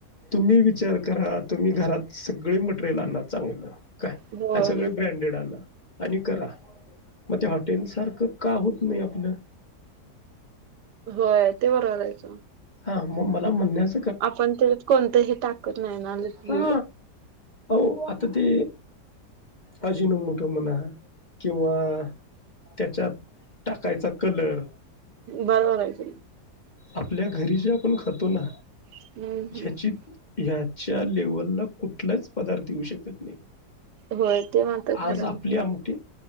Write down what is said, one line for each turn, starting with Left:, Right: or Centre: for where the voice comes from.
Left: तुम्ही विचार करा तुम्ही घरात सगळे मटेरियल आणा चांगलं. काय
Right: होय
Left: आणि सगळे ब्रँड. आणि करा मग त्या हॉटेल सारखं का होत नाही आपलं.
Right: होय ते बरोबर आहे कीं मग.
Left: हा मग मला म्हणण्याच.
Right: आपण त्यात कोणतंही टाकत नाही ना लिक्विड.
Left: हा हो आता ते अजिनो मुठो म्हणा किंवा. त्याच्यात टाकायचा कलर.
Right: बरोबरयच.
Left: आपल्या घरी जे आपण खातो ना
Right: हम्म हम्म
Left: ह्याची. ह्याच्या लेवलला कुठलाच पदार्थ येऊ शकत नाही.
Right: होय ते मात्र खरं
Left: आज
Right: आहे
Left: आपली आमठीे.